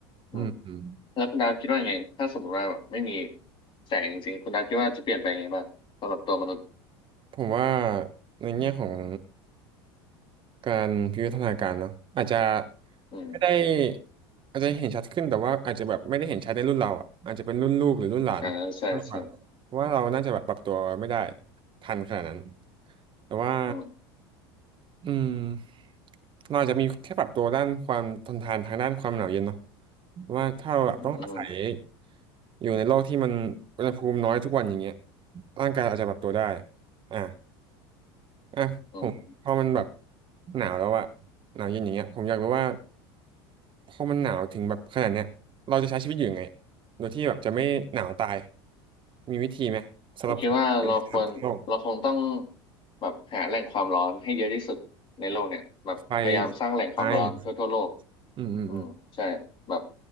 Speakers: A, on the left; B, on the right.
A: อืม
B: อืมอืม
A: แล้วคุณดาวคิดว่าไงถ้าสมมติว่าแบบไม่มีแสงจริงๆคุณดาวคิดว่าจะเปลี่ยนไปยังไงบ้างสำหรับตัวมนุษย์
B: ผมว่าในแง่ของ การวิวัฒนาการเนาะอาจจะ
A: อืม
B: ไม่ได้อาจจะเห็นชัดขึ้นแต่ว่าอาจจะแบบไม่ได้เห็นชัดในรุ่นเราอ่ะอาจจะเป็นรุ่นลูกหรือรุ่นหลานมากกว่าเพราะว่าเราน่าจะแบบปรับตัวไม่ได้
A: อ่าใช่ใช่
B: ทันขนาดนั้นแต่ว่า
A: อืม
B: อืมเราอาจจะมีแค่ปรับตัวด้านความทนทานทางด้านความหนาวเย็นเนาะเพราะว่าถ้าเราแบบต้องอาศัย
A: อืม
B: อยู่ในโลกที่มันอุณหภูมิน้อยทุกวันอย่างเงี้ยร่างกายอาจจะปรับตัวได้อ่า อ่ะผมพอมันแบบ
A: อืม
B: หนาวแล้วอะหนาวเย็นอย่างเงี้ยผมอยากรู้ว่าพอมันหนาวถึงแบบขนาดเนี้ยเราจะใช้ชีวิตอยู่ยังไงโดยที่แบบจะไม่หนาวตายมีวิธีไหมสำหรับคนไทยหรือสำหรับทั้งโลก
A: ผมคิดว่าเราควรเราคงต้องแบบหาแหล่งความร้อนให้เยอะที่สุดในโลกเนี่ยแบบพยายามสร้างแหล่งความร้อนทั่วทั่วโลก
B: ไฟไฟอืมอืมอืม
A: อืมใช่แบบ